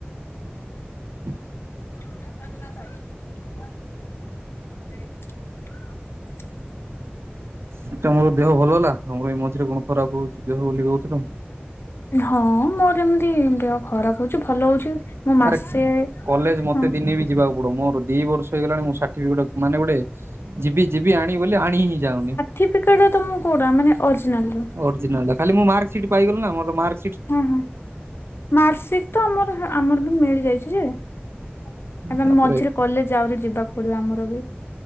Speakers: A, on the right; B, on the left.
A: ହ।
B: ଆ ତଲା କ।
A: । ତମର ଦେହ ଭଲ ହେଲା ତମର ଏଇ ମଝିରେ କଣ ଖରାପ ହଉଛି ଦେହ ବୋଲି କହୁଥିଲ।
B: ହଁ ମୋର ଏମିତି ଦେହ ଖରାପ ହଉଛି ଭଲ ହଉଛି ମୋ
A: ଆରେ
B: ମାସେ
A: କଲେଜ ମତେ
B: ହଁ
A: ଦିନେ ବି ଯିବାକୁ ପଡ ମୋର ଦି ବର୍ଷ ହେଇଗଲାଣି ମୋର ସାଠିଫିକେଟ ମାନେ ଗୋଟେ। ଯିବି ଯିବି ଆଣିିବ ବୋଲି ଆଣି ହିଁ ଯାଉନି।
B: ଠିପିକେଟ ତ ମ କଉଁଟା ମାନେ ଅରିଜିନାଲର।
A: ଅରିଜିନାଲ ଡା ଖାଲି ମୁଁ ମାର୍କ ସିଟ୍ ପାଇଗଲି ନା ମୋର ମାକ
B: ହୁଁ ହୁଁ ମାର୍କସିଟ ତ ଆମର ଆମର ବି ମିଳି ଯାଇଛି ଯେ। ଏବେ
A: ତାପରେ
B: ମଝିରେ କଲେଜ ଆହୁରି ଯିବାକୁ ପଡିବ ଆମର ବି।